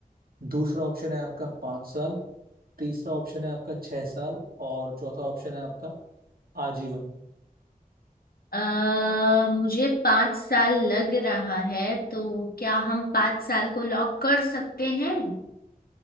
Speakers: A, on the right; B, on the left.
A: दूसरा ऑप्शन है आपका पाँच साल तीसरा ऑप्शन है आपका छह साल और चौथा ऑप्शन है आपका आजीवन
B: अ मुझे पाँच साल लग रहा है तो क्या हम पाँच साल को लॉक कर सकते हैं